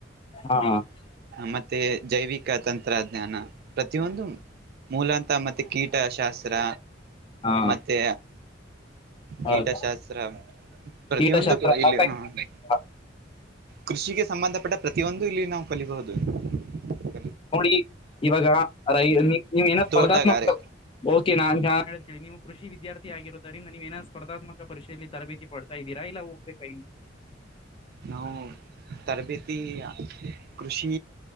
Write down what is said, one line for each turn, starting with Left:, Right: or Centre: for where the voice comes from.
Left: ಹಾ ಹಾ
Right: ಮತ್ತೆ <unintelligible> ಮತ್ತ ಜೈವಿಕ ತಂತ್ರಜ್ಞಾನ ಪ್ರತಿಯೊಂದು ಮೂಲಂತ ಮತ್ತೆ ಕೀಟ ಶಾಸ್ತ್ರ
Left: ಹಾ
Right: ಮತ್ತೆ
Left: ಹೌದು.
Right: ಕೀಟಶಾಸ್ತ್ರ ಪ್ರತಿಯೊಂದು
Left: ಕೀಟಶಾಸ್ತ್ರ
Right: ಇಲ್ಲಿ
Left: ರಾಸಾಯನಿಕ
Right: ಹ್ಮ
Left: ಶಾಸ್ತ್ರ
Right: ಕೃಷಿಗೆ ಸಂಬಂಧಪಟ್ಟ ಪ್ರತಿಯೊಂದು ಇಲ್ಲಿ ನಾವು ಕಲಬಹುದು <unintelligible>
Left: ನೋಡಿ ಇವಾಗ ರೈ ನೀವ್ ಏನೋ ಸ್ಪರ್ಧಾತ್ಮಕ
Right: ತೋಟಗಾರೆ
Left: ಓಕೆ ನಾನ್ <unintelligible> ಕೇಳಿ ನೀವು ಕೃಷಿ ವಿದ್ಯಾರ್ಥಿ ಆಗಿರೋದರಿಂದ ನೀವ್ ಏನೋ ಸ್ಪರ್ಧಾತ್ಮಕ ಪರೀೆಯಲ್ಲಿ ತರಬೇತಿ ಪಡ್ತಾ ಇದ್ದೀರಾ ಇಲ್ಲ ಹೋಗ್ಬೇಕ ಇಲ್ಲಿ <unintelligible>
Right: ನಾವು ತರಬೇತಿ ಕೃಷಿ